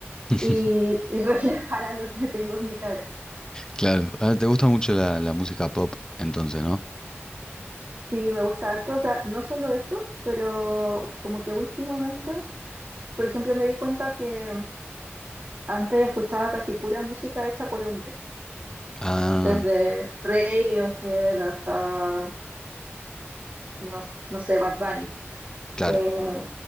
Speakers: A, on the left; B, on the right.
A: <laughs>
B: y, y <laughs> reflejara lo que tengo en mi cabeza.
A: Claro, ah, te gusta mucho la, la música pop, entonces, ¿no?
B: Sí, me gusta harto, o sea, no solo eso, pero como que últimamente, por ejemplo, me di cuenta que Antes escuchaba casi pura música hecha por hombres,
A: Ah,
B: desde Radiohead hasta, no, no sé, Bad Bunny.
A: claro,
B: Eh,